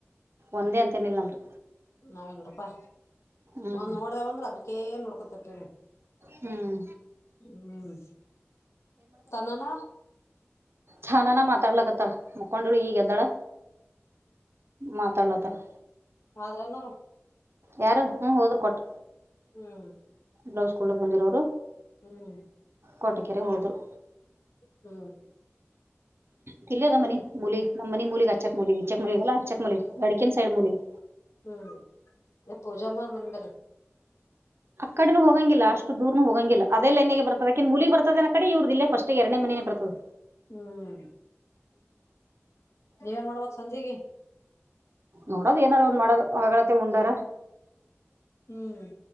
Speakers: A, on the right; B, on the left.
A: ಒಂದೇ ಅಂತೇನಿಲ್ಲ ನಮ್ದು
B: ನಾವೇ ನೋಡಪಾ
A: ಹ್ಮ್
B: ಒಂದ್ ನೋಡ್ದೇ ಅಂದ್ರ ಅದಕ್ಕೇ ನೋಡ್ಕೊತಿ
A: ಹ್ಮ್
B: ಹ್ಮ ತನ್ನಾನ
A: ಚನನ ಮಾತಾಡ್ಲಕತ್ತಳ ಮುಕೊಂಡಳು ಈಗ ಎದ್ದಾಳ ಮಾತಾಡ್ಲತ್ತ ತ್ತ
B: ಆದ್ರೆನೋರು
A: ಯಾರು ಹ್ಮ ಹೋದ್ರರು ಕೊಟ್ಟ
B: ಹ್ಮ್
A: ಬ್ಲೌಸ್ಕೂಲ್ಕ್ ಬಂದಿರೋರು
B: ಹ್ಮ್
A: ಕಟ ಕೆರೆ ಹೋದರು
B: ಹ್ಮ್
A: ತಿಲ್ ಅದ ಮನಿ ಮೂಲಗ್ ಮನಿ ಮೂಲಗ್ ಅಚ್ಚಕ್ ಮೂಲಗ್ ಈಚ್ಚಕ್ ಮುಲಗಲ್ಲ ಅಚ್ಚಕ್ ಮುಲಿಗ್ ಅಡಕನ್ ಸೈಡ್ ಮೂಲಗ್
B: ಹ್ಮ್ ಪೂಜಾ ಮಾಡ ಮನ ಬೇಲೆ
A: ಕಡೂ ಹೋಗಂಗಿಲ್ಲ ಅಷ್ಟು ದೂರ್ನುೂ ಹೋಗಂಗಿಲ್ಲ ಅದೇೈನ್ಗೆ ಬರ್ತದಕ ಮುಲಿ ಬರ್ತದ ಕಡೆ ಇವ್ರದ ಇಿಲ್ಲ ಸ್ಟ್ ಎರನೇ ಮೇನೆ ಬರ್ತದೆ
B: ಹ್ಮ್ ನೀವೇನ್ ಮಾಡ್ಬೋಕ್ ಸಂಜೆಗೆ
A: ನೋಡದು ಏನಾರ ಒಂದ್ ಮಾಡ ಹೊಗಳತ್ತ ಉಂಡಾರ
B: ಹ್ಮ್